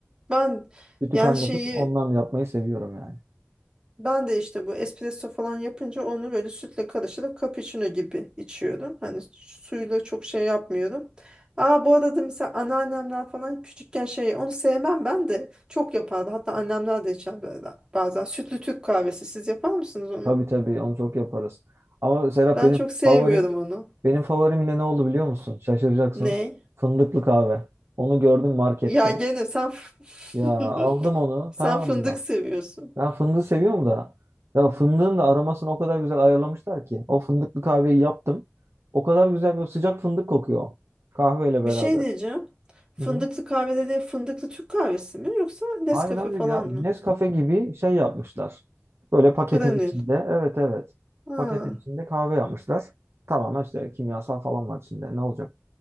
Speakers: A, on the right; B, on the right.
A: Ben
B: Sütü
A: yani
B: kaynatıp
A: şeyi
B: ondan yapmayı seviyorum yani.
A: ben de işte bu espresso falan yapınca onu böyle sütle karıştırıp cappuccino gibi içiyorum. Hani suyla çok şey yapmıyorum. Aa bu arada mesela anneannemler falan küçükken şey onu sevmem ben de çok yapardı. Hatta annemler de içer böyle bazen. Sütlü Türk kahvesi siz yapar mısınız onu?
B: Tabii tabii onu çok yaparız. Ama Serap
A: Ben
B: benim
A: çok sevmiyorum
B: favorim
A: onu.
B: benim favorim yine ne oldu biliyor musun? Şaşıracaksın.
A: Ne?
B: Fındıklı kahve. Onu gördüm markette.
A: Ya gene sen
B: Ya
A: <laughs>
B: aldım onu
A: sen
B: tamam
A: fındık
B: mı?
A: seviyorsun.
B: Ben fındığı seviyorum da. Ya fındığın da aromasını o kadar güzel ayarlamışlar ki. O fındıklı kahveyi yaptım. O kadar güzel bir sıcak fındık kokuyor. Kahveyle beraber.
A: Bir şey diyeceğim. Fındıklı
B: Hı hı.
A: kahve dediğin fındıklı Türk kahvesi mi yoksa Nescafe
B: Hayır hayır
A: falan
B: ya.
A: mı?
B: Nescafe gibi şey yapmışlar. Böyle paketin
A: Granül.
B: içinde. Evet evet.
A: Ha,
B: Paketin içinde kahve yapmışlar. Tamamen işte kimyasal falan var içinde. Ne olacak?